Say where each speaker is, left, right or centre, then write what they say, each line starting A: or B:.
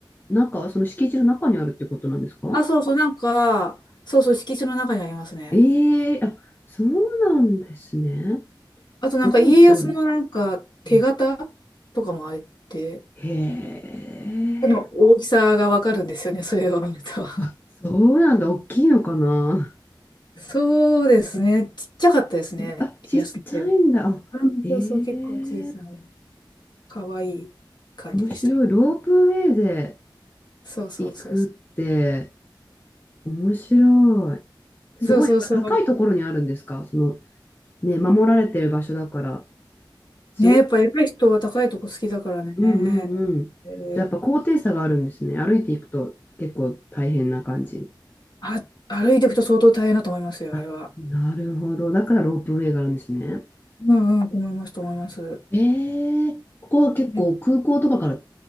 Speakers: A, on the left; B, on the left.
A: 中、その敷地の中にあるってことなんですか
B: あ、そうそう、なんか、そうそう、敷地の中にありますね。
A: ええあ、そうなんですね。
B: あとなんか家康のなんか手形
A: すごい広い。うん
B: とかもあれって、
A: へえ。
B: 手の大きさがわかるんですよね、それを見ると。
A: あ、そうなんだ。大きいのかな。
B: <laughs> そうですね、ちっちゃかったですね、
A: あ、
B: 家康の手は。
A: ちっちゃいんだ。あ、
B: うんそうそう、
A: へ
B: 結構小さい、
A: え。
B: かわいい感じでした
A: 面白い。ロープウェイで
B: そうそうそうそ
A: 行くって面白い。すごい、
B: う。そうそうそう。
A: やっぱ高いところにあるんですかその、ね、守られてる場所だから。すごい。
B: ね、やっぱ偉い人は高いとこ好きだからね。
A: うんうんうん。
B: えー
A: じゃあやっぱ高低差があるんですね。歩いていくと結構大変な感じ。
B: あ、歩いていくと相当大変だと思いますよ、
A: あ、
B: あれは。
A: なるほど。だからロープウェイがあるんですね。
B: うんうん、思いますと思います。
A: ええここは結構空港とかから
B: ね